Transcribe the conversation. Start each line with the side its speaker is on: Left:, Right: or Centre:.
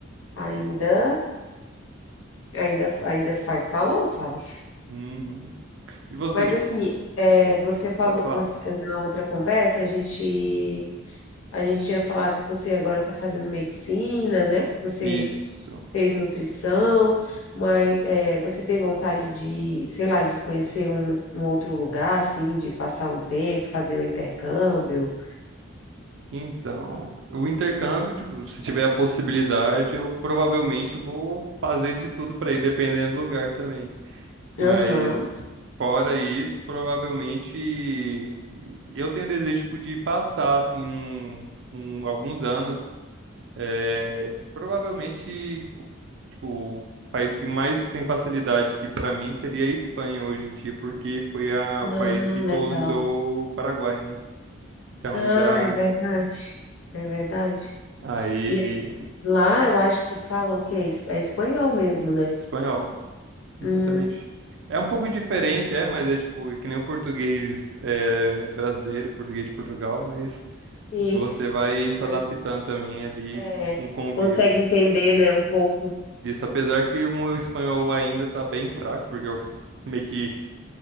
Left: ainda, ainda, ainda faz calor, sabe?
Right: Uhum. E você,
Left: Mas
Right: tipo,
Left: assim, é, você falou,
Right: pode falar?
Left: você- na outra conversa, a gente, a gente tinha falado que você agora está fazendo medicina, né? Você
Right: Isso.
Left: fez nutrição, mas é, você tem vontade de, sei lá, de conhecer um, um outro lugar, assim, de passar um tempo, fazer um intercâmbio?
Right: Então, o intercâmbio, tipo, se tiver a possibilidade, eu provavelmente vou fazer de tudo pra ir, dependendo do lugar também. Mas
Left: Aham.
Right: fora isso, provavelmente eu tenho desejo tipo, de passar assim um, um- alguns anos, é, provavelmente o tipo, o país que mais tem facilidade que para mim seria a Espanha hoje em dia, porque foi a-
Left: Ah,
Right: o país que
Left: legal.
Right: colonizou o Paraguai, né? Então
Left: Ah,
Right: já
Left: é verdade. É verdade.
Right: aí
Left: E es- lá eu acho que falam o quê? Es- É espanhol mesmo, né?
Right: espanhol. Exatamente.
Left: Hum,
Right: É um pouco diferente, é, mas é tipo, é que nem o português é, brasileiro, português de Portugal, mas
Left: sim,
Right: você vai se adaptando
Left: mas
Right: também ali
Left: é,
Right: com o convívio.
Left: consegue entender, né, um pouco.
Right: Isso, apesar que o meu espanhol ainda tá bem fraco, porque eu <laughs> meio que